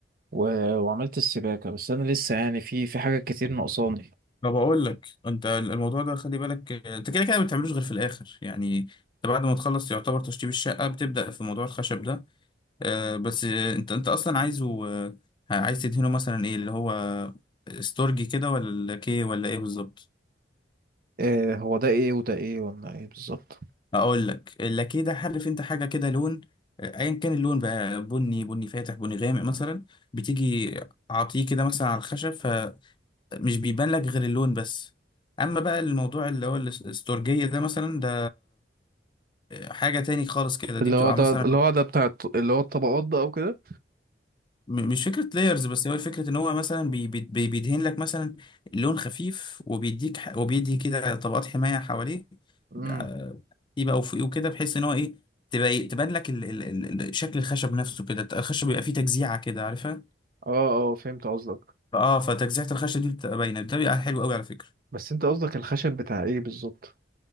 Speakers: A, on the right (about 50°); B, on the left (about 25°).
A: و... وعملت السباكه بس انا لسه يعني في في حاجات كتير ناقصاني
B: فبقول لك انت الموضوع ده خلي بالك آه، انت كده كده ما بتعملوش غير في الاخر يعني انت بعد ما تخلص يعتبر تشطيب الشقه بتبدا في موضوع الخشب ده آه، بس آه، انت انت اصلا عايزه آه، عايز تدهنه مثلا ايه اللي هو استورجي كده ولا اللاكيه ولا ايه بالظبط
A: إيه هو ده ايه وده ايه ولا ايه بالظبط
B: اقول لك اللاكيه ده عارف انت حاجه كده لون آه، ايا كان اللون بقى بني بني فاتح بني غامق مثلا بتيجي اعطيه كده مثلا على الخشب مش بيبان لك غير اللون بس اما بقى الموضوع اللي هو الاستورجية ده مثلا ده حاجة تاني خالص كده دي
A: اللي
B: بتبقى
A: هو ده
B: مثلا
A: اللي هو ده بتاع الط- اللي هو الطبقات ده او كده
B: م- مش فكرة لايرز بس هو فكرة ان هو مثلا بي بي بي- بيدهن لك مثلا لون خفيف وبيديك ح- وبيدي كده طبقات حماية حواليه
A: امم
B: آه، يبقى وفوقيه كده بحيث ان هو ايه تبقى إيه، تبان لك ال ال ال ال- شكل الخشب نفسه كده الخشب بيبقى فيه تجزيعة كده عارفها
A: اه اه فهمت قصدك
B: اه فتجزيعة الخشب دي بتبقى باينة ده بيبقى حلو قوي على فكرة
A: بس انت قصدك الخشب بتاع ايه بالظبط